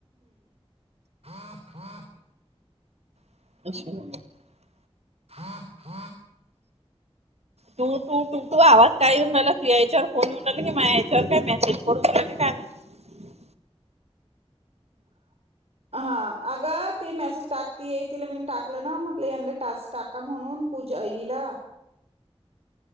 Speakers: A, on the right (about 70°); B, on the right (about 85°).
A: हा हा
B: <unintelligible>
A: ह ह
B: तू तू तू तू आवाज काय येऊन राला तू याच्यावर फोन येऊन राहिला कि माझ याच्यावर काय मेसेज पडून राला काय म
A: हा अग ते मेसेज टाकतीय तिला मीन टाकलं ना मटलं टास् टाक का का म्हणून पूजाईला